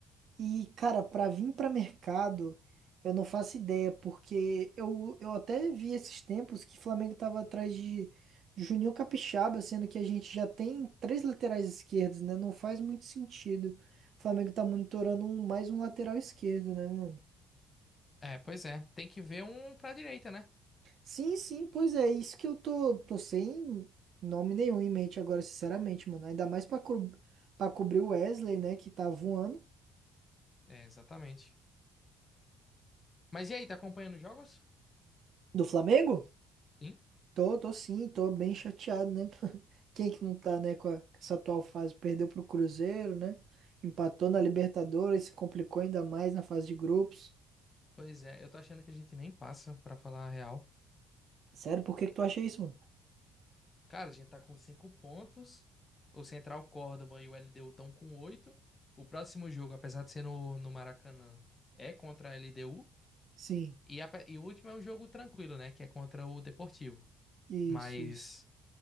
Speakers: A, on the right (about 60°); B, on the left (about 30°).
A: E, cara, pra vir pra mercado, eu não faço ideia, porque eu, eu até vi esses tempos que o Flamengo tava atrás de Juninho Capixaba, sendo que a gente já tem três laterais esquerdos, né? Não faz muito sentido. O Flamengo tá monitorando um- mais um lateral esquerdo, né, mano?
B: É, pois é. Tem que ver um pra direita, né?
A: Sim, sim, pois é, isso que eu tô, tô sem nome nenhum em mente agora, sinceramente, mano. Ainda mais pra, cru- pra cobrir o Wesley, né, que tá voando.
B: É, exatamente. Mas e aí, tá acompanhando os jogos?
A: Do Flamengo?
B: Sim.
A: Tô, tô sim, tô bem chateado, né? <laughs> Quem é que não tá, né, com, a- com essa atual fase? Perdeu pro Cruzeiro, né? Empatou na Libertadores, se complicou ainda mais na fase de grupos.
B: Pois é, eu tô achando que a gente nem passa, pra falar a real.
A: Sério, por que que tu acha isso, mano?
B: Cara, a gente tá com cinco pontos. O Central Córdoba e o LDU estão com oito. O próximo jogo, apesar de ser no, no Maracanã, é contra a LDU.
A: Sim,
B: E, a pe- e o último é um jogo tranquilo, né? Que é contra o Deportivo.
A: isso,
B: Mas,
A: isso.